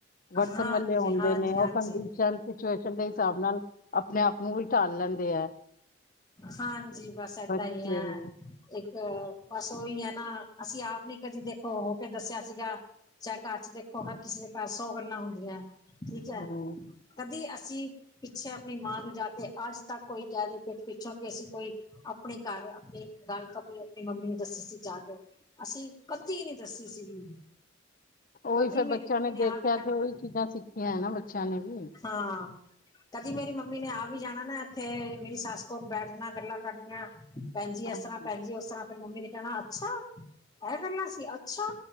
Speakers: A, on the left; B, on the left.
A: ਵਰਤਣ
B: ਹਾਂਜੀ
A: ਵਾਲੇ ਹੁੰਦੇ
B: ਹਾਂਜੀ
A: ਨੇ, ਉਹ
B: ਹਾਂਜੀ
A: ਕੰਡੀਸ਼ਨ ਸਿਚੁਏਸ਼ਨ ਦੇ ਹਿਸਾਬ ਨਾਲ ਆਪਣੇ ਆਪ ਨੂੰ ਵੀ ਢਾਲ ਲੈਂਦੇ ਐ।
B: ਹਾਂਜੀ। ਬਸ ਏਦਾਂ
A: ਬੱਚੇ
B: ਈ ਐ।
A: ਵੀ
B: ਇੱਕ ਬਸ ਓਹੀ ਐ ਨਾ, ਅਸੀਂ ਆਪ ਨੀ ਕਦੀ ਦੇਖੋ, ਹੋ ਕੇ ਦੱਸਿਆ ਸੀਗਾ। 'ਚਾਹੇ ਘਰ ਚ ਦੇਖੋ, ਹਰ ਕਿਸੀ ਦੇ ਘਰ ਸੌ ਗੱਲਾਂ ਹੁੰਦੀਐ। ਠੀਕ
A: ਹੂੰ
B: ਐ। ਕਦੀ ਅਸੀਂ ਪਿੱਛੇ ਆਪਣੀ ਮਾਂ ਨੂੰ ਜਾ ਕੇ ਅੱਜ -ਤੱਕ ਕੋਈ ਕਹਿ ਦੇ ਪਿਠ ਪਿੱਛੋਂ, ਕਿ ਅਸੀਂ ਕੋਈ ਆਪਣੇ ਘਰ ਆਪਣੀ ਗੱਲ ਕਦੀ ਆਪਣੀ ਮੰਮੀ ਨੂੰ ਦੱਸੀ ਸੀ ਜਾ ਕੇ। ਅਸੀਂ ਕਦੀ ਨੀ ਦੱਸੀ ਸੀਗੀ।
A: ਉਹੀ
B: ਕਦੀ
A: ਫੇਰ
B: ਮੇਰੀ
A: ਬੱਚਿਆਂ
B: ਮੰਮੀ ਨੇ
A: ਦੇਖਿਆ
B: ਆ ਵੀ ਜਾਣਾ
A: ਤੇ ਉਹੀ
B: ਨਾ,
A: ਚੀਜ਼ਾਂ ਸਿੱਖੀਆਂ ਹੈ ਨਾ ਬੱਚਿਆਂ ਨੇ ਵੀ।
B: ਹਾਂ। ਕਦੀ ਮੇਰੀ ਮੰਮੀ ਨੇ ਆ ਵੀ ਜਾਣਾ ਨਾ ਤੇ ਮੇਰੀ ਸੱਸ ਕੋਲ ਬੈਠਨਾ, ਗੱਲਾਂ ਕਰਨੀਆਂ। ਭੈਨਜੀ ਐਸ
A: ਅੱਛਾ
B: ਤਰ੍ਹਾਂ, ਭੈਨਜੀ ਔਸ ਤਰ੍ਹਾਂ। ਫੇਰ ਮੰਮੀ ਨੇ ਕਹਿਣਾ, ਅੱਛਾ। ਆਹ ਗਲਾਂ ਸੀ, ਅੱਛਾ।